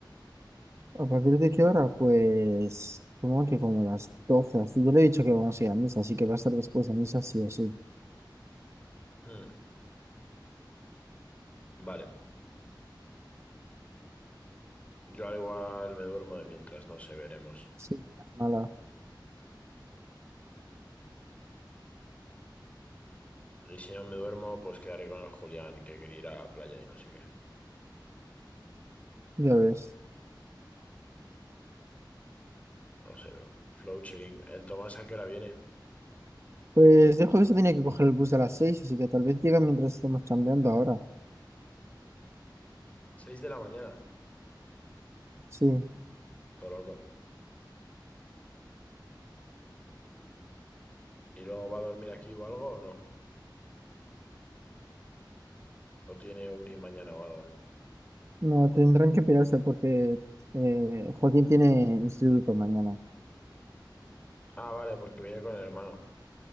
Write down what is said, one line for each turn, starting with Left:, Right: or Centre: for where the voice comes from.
Right: ¿A partir de qué hora? Pues, como que como las 12 así. Yo le he dicho que vamos a ir a misa, así que va a estar después de misa sí o sí.
Left: Hmm, Vale. Yo al igual me duermo de mientras, no sé, veremos.
Right: Sí, no es mala,
Left: Y si no me duermo, pues quedaré con el Julián, que quería ir a la playa y no sé qué.
Right: ya ves.
Left: No sé, bro. Flow chilling. ¿El Tomás a qué hora viene?
Right: Pues dijo que se tenía que coger el bus a las seis, así que tal vez llega mientras estamos chambeando ahora.
Left: ¿Seis de la mañana?
Right: Sí,
Left: Todo loco. ¿Y luego va a dormir aquí o algo o no? ¿O tiene uni mañana o algo?
Right: no, tendrán que pirarse porque eh, Joaquín tiene instituto mañana.
Left: Ah, vale, porque viene con el hermano.